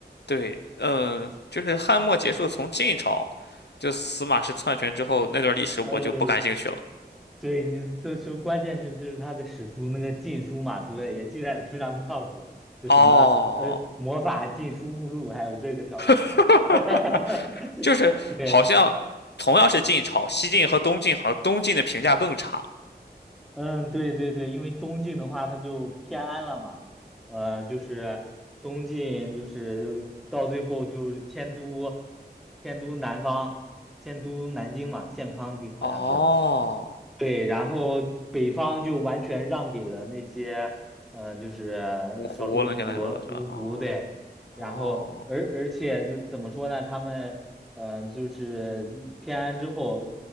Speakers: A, on the left (about 75°); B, in the centre.
A: 对，嗯，就是汉末结束，从晋朝就司马氏篡权之后那段历史我就不感兴趣了。
B: 呃，对你就说，关键是就是他的史书那个禁书嘛，对，也记载的非常不靠谱，就什么呃魔法禁书目录，
A: 哦，
B: 还有这个调侃的，
A: <laughs>
B: <laughs>
A: 就是好像同样是晋朝，
B: 对
A: 西晋和东晋好像东晋的评价更差。
B: 嗯，对对对，因为东晋的话，它就偏安了嘛，呃，就是东晋就是到最后就是迁都，迁都南方，迁都南京嘛，建康的好像是，
A: 哦，
B: 对，然后北方就完全让给了那些，呃，就是少数民族芜湖，
A: 我胡乱七八糟的是吧？哦
B: 对，
A: 哦。
B: 然后而而且就怎么说呢，他们呃就是偏安之后